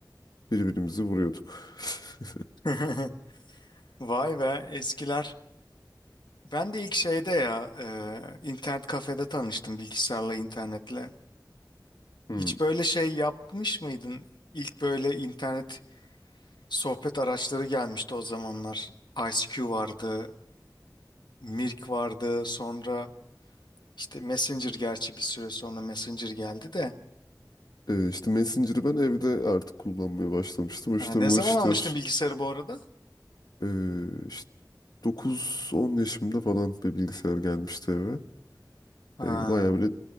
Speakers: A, on the left; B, on the left.
A: birbirimizi vuruyorduk. <laughs>
B: <laughs> Vay be eskiler. Ben de ilk şeyde ya e, internet kafede tanıştım bilgisayarla internetle.
A: Hmm.
B: Hiç böyle şey yapmış mıydın? İlk böyle internet sohbet araçları gelmişti o zamanlar. ICQ vardı, Mirk vardı, sonra işte Messenger gerçi bir süre sonra Messenger geldi de.
A: E, işte Messenger'ı ben evde artık kullanmaya başlamıştım.
B: Ha,
A: İşte
B: ne
A: Mırş'tır
B: zaman almıştın bilgisayarı bu arada?
A: e, işte dokuz on yaşımda falan bir bilgisayar gelmişti eve.
B: Ha,
A: E, bayağı böyle